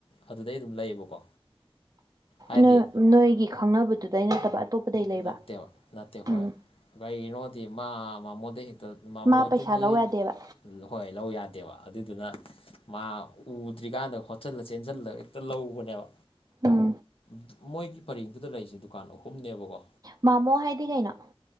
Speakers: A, on the left; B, on the right.
A: ꯑꯗꯨꯗꯩ ꯑꯗꯨꯝ ꯂꯩꯌꯦꯕꯀꯣ ꯍꯥꯏꯗꯤ
B: ꯅ‌ꯣ ꯅꯣꯏꯒꯤ ꯈꯪꯅꯕꯗꯨꯗꯩ ꯅꯠꯇꯕ ꯑꯇꯣꯞꯄꯗꯩ ꯂꯩꯕ
A: ꯅꯠꯇꯦꯕ ꯅꯠꯇꯦ ꯍꯣꯏ
B: ꯎꯝ
A: ꯀꯔꯤꯒꯤꯅꯣꯗꯤ ꯃꯥ ꯃꯥꯝꯃꯣꯗꯩ ꯍꯦꯛꯇ ꯃꯝꯃꯣꯗꯒꯤ
B: ꯃꯥ ꯄꯩꯁꯥ ꯂꯧ ꯌꯥꯗꯦꯕ
A: ꯄꯩꯁꯥ ꯂꯩ ꯌꯥꯗꯕ ꯍꯣꯏ ꯂꯧ ꯌꯥꯗꯦꯕ ꯑꯗꯨꯗꯨꯅ ꯃꯥ ꯎꯗ꯭ꯔꯤꯀꯥꯟꯗ ꯍꯣꯠꯆꯜꯂ ꯆꯦꯟꯁꯤꯜꯂꯒ ꯍꯦꯛꯇ ꯂꯧꯕꯅꯦꯕ
B: ꯎꯝ
A: ꯗꯨ ꯃꯣꯏꯒꯤ ꯄꯔꯦꯡꯗꯨꯗ ꯂꯩꯔꯤꯁꯦ ꯗꯨꯀꯥꯟ ꯑꯍꯨꯝꯅꯦꯕꯀꯣ
B: ꯃꯥꯝꯃꯣ ꯍꯥꯏꯗꯤ ꯀꯩꯅꯣ